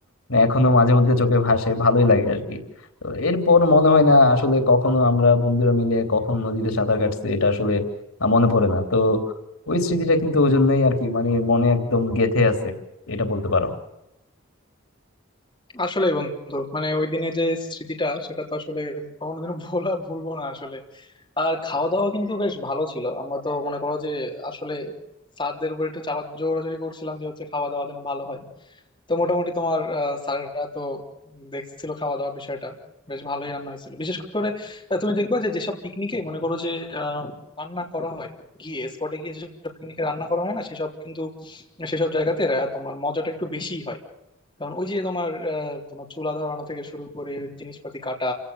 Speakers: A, on the left (about 85°); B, on the left (about 25°).
A: মানে এখনো মাঝে মধ্যে চোখে ভাসে ভালোই লাগে আর কি তো এরপর মনে হয় না আসলে কখনো আমরা বন্ধুরা মিলে কখন নদীতে সাঁতার কাটছি এটা আসলে আহ, মনে পড়ে না তো ওই স্মৃতিটা কিন্তু ওই জন্যই আর কি মানে মনে একদম গেঁথে আছে এটা বলতে পারো
B: আসলেই বন্ধু মানে ওই দিনে যে স্মৃতিটা সেটা তো আসলে কখনোদিনও ভোলা ভুলবো না আসলে আর খাওয়া দাওয়া কিন্তু বেশ ভালো ছিল আমরা তো মনে করো যে আসলে স্যারদের উপর একটু চাপা জোরাজোরি করছিলাম যে হচ্ছে খাওয়া দাওয়া যেন ভালো হয় তো মোটামুটি তোমার আহ, স্যারেরা তো দেখছিল খাওয়া দাওয়ার বিষয়টা বেশ ভালোই রান্না হয়েছিল বিশেষ করে আহ, তুমি দেখবা যে যেসব পিকনিকে মনে করো যে আহ, রান্না করা হয় গিয়ে স্পটে গিয়ে যেসব পিকনিকে রান্না করা হয় না সেসব কিন্তু সেসব জায়গাতে আহ, তোমার মজাটা একটু বেশি হয় কারণ ওই যে তোমার আহ, তোমার চুলা ধরানো থেকে শুরু করে জিনিসপাতি কাটা